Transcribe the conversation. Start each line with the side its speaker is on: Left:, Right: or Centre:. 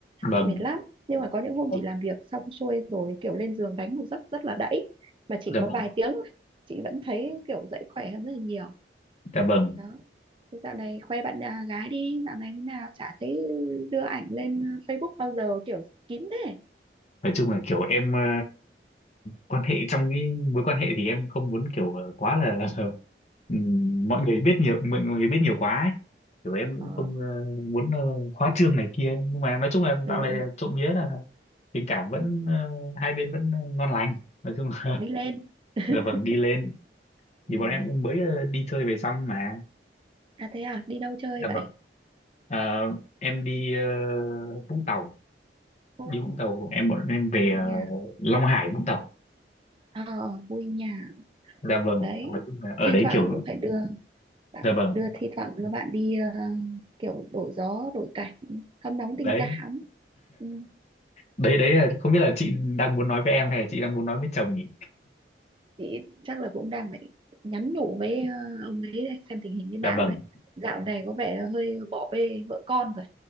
Left: vâng
Right: chị mệt lắm nhưng mà có những hôm
Left: vâng
Right: chị làm việc xong xuôi rồi kiểu lên giường đánh một giấc rất là đẫy mà chỉ
Left: dạ
Right: có
Left: vâng
Right: vài tiếng thôi, chị vẫn thấy kiểu dậy khỏe hơn rất là nhiều
Left: dạ vâng
Right: đó Thế dạo này khoe bạn à, gái đi dạo này thế nào chả thấy đưa ảnh lên Facebook bao giờ kiểu kín thế
Left: nói chung là kiểu em ờ, quan hệ trong cái mối quan hệ thì em không muốn kiểu ờ, quá là <laughs> ừ, mọi người biết nhiều mọi người biết nhiều quá ấy. kiểu em cũng
Right: ờ,
Left: không ờ, muốn ờ, khoa trương này kia nhưng mà nói chung là
Right: ừ,
Left: dạo này là trộm vía là tình cảm vẫn ờ, hai bên vẫn ờ, ngon lành nói chung là,
Right: đi lên
Left: <laughs>
Right: <laughs>
Left: là vâng đi lên thì
Right: ừ.
Left: bọn em cũng mới ờ, đi chơi về xong mà
Right: à thế à đi đâu chơi
Left: dạ
Right: vậy
Left: vâng Ờ, em đi ờ, Vũng Tàu
Right: Ồ,
Left: đi Vũng Tàu em bọn em về
Right: vui
Left: ờ,
Right: nhà
Left: Long Hải Vũng Tàu
Right: ờ vui nhà
Left: dạ vâng
Right: đấy
Left: nói chung là ở
Right: thi
Left: đấy
Right: thoảng
Left: kiểu
Right: cũng phải đưa bạn
Left: dạ vâng
Right: đưa thi thoảng đưa bạn đi ờ, kiểu đổi gió đổi cảnh hâm nóng
Left: đấy
Right: tình cảm ừ.
Left: đấy đấy là không biết là chị đang muốn nói với em hay là chị đang muốn nói với chồng nhỉ
Right: chị chắc là cũng đang phải nhắn nhủ với ờ, ông ấy đây, xem tình hình như nào
Left: dạ vâng
Right: đấy dạo này có vẻ hơi bỏ bê vợ con rồi